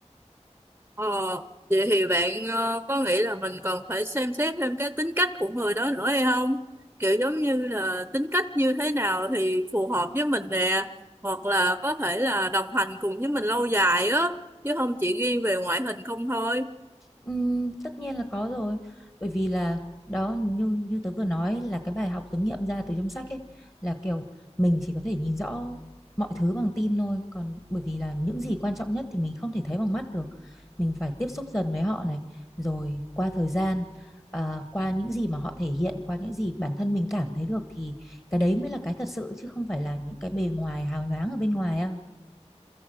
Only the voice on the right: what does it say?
Ờ, vậy thì bạn ờ, có nghĩ là mình cần phải xem xét thêm cái tính cách của người đó nữa hay không? Kiểu giống như là tính cách như thế nào thì phù hợp với mình nè, hoặc là có thể là đồng hành cùng với mình lâu dài á, chứ không chỉ riêng về ngoại hình không thôi.